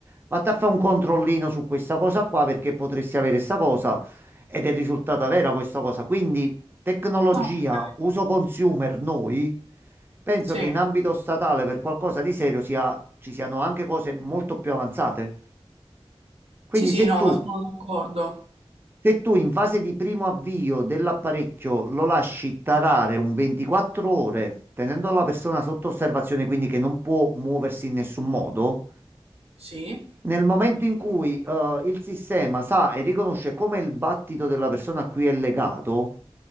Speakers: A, on the right; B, on the right.
A: vatti a fare un controllino su questa cosa qua perché potresti avere questa cosa. Ed è risultata vera questa cosa. Quindi tecnologia,
B: Ah, Ok,
A: uso consumer, noi, penso
B: sì,
A: che in ambito statale per qualcosa di serio sia- ci siano anche cose molto più avanzate. Quindi
B: sì, sì,
A: se
B: no,
A: tu,
B: ma sono d'accordo.
A: se tu in fase di primo avvio dell'apparecchio lo lasci tarare un 24 ore, tenendo la persona sotto osservazione, quindi che non può muoversi in nessun modo,
B: Sì.
A: Nel momento in cui eh, il sistema sa e riconosce come il battito della persona a cui è legato,